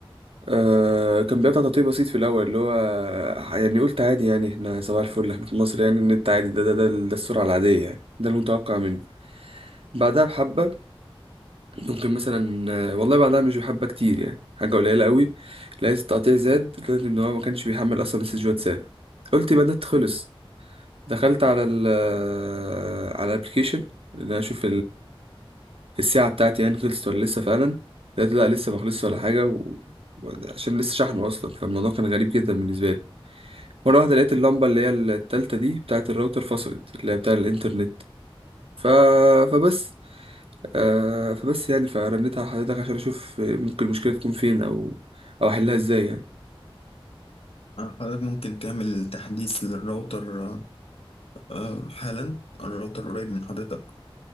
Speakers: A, on the right; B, on the left.
A: آه كان بيقطع تقطيع بسيط في الأول اللي هو يعني قلت عادي يعني احنا صباح الفل احنا في مصر يعني النت عادي ده ده ده, ده السرعة العادية يعني ده المتوقع منه بعدها بحبة ممكن مثلا آه، والله بعدها مش بحبة كتير يعني حاجة قليلة قوي لقيت التقطيع زاد لقيت إن هو ما كانش بيحمل أصلا مسج واتساب قلت يبقى النت خلص دخلت على ال آه، على الابلكيشن اللي أنا أشوف الساعة بتاعتي يعني خلصت ولا لسه فعلا لقيت لا لسه ما خلصتش ولا حاجة و... و- عشان لسه شحنه أصلا فالموضوع كان غريب جدا بالنسبة لي مرة واحدة لقيت اللمبة اللي هي التالتة دي بتاعت الراوتر فصلت اللي هي بتاع الإنترنت ف... فبس آه فبس يعني فرنيت على حضرتك عشان أشوف ممكن المشكلة تكون فين أو أو أحلها إزاي يعني
B: آه حضرتك ممكن تعمل تحديث للراوتر آه آه، حالا الراوتر قريب من حضرتك